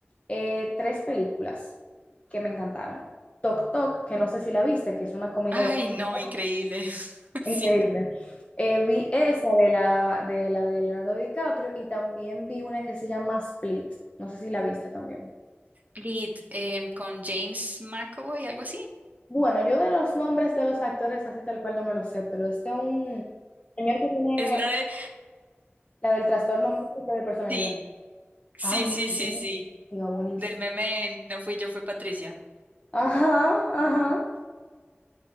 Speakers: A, on the left; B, on the right.
A: eh, tres películas que me encantaron. Tok Tok, que no sé si la viste, que es una comedia
B: Ay,
A: bastante
B: no, increíble. <laughs>
A: increíble.
B: Sí.
A: Eh, vi esa de la, de la de Leonardo DiCaprio y también vi una que se llama Split. No sé si la viste también.
B: Lead em, con James McAvoy, algo así.
A: Bueno, yo de los nombres de los actores así tal cual no me lo sé, pero este es de un señor que tiene
B: Es la
A: eh,
B: de...
A: la del trastorno múltiple de personalidad.
B: Sí, sí,
A: Ay,
B: sí,
A: buenísima,
B: sí, sí.
A: buenísima.
B: Del meme No fui yo, fue Patricia.
A: Ajá, ajá.